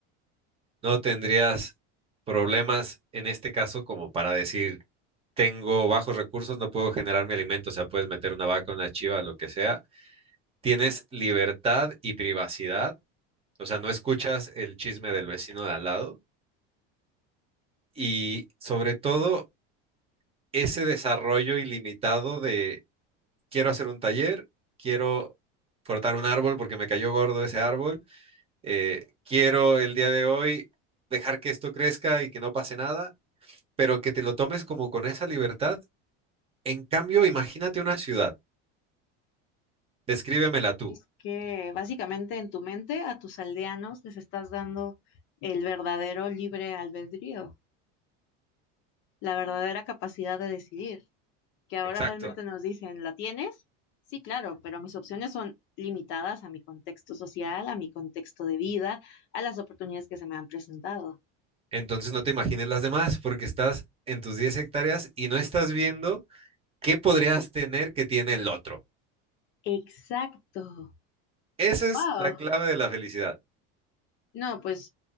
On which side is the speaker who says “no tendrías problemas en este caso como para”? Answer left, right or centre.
Right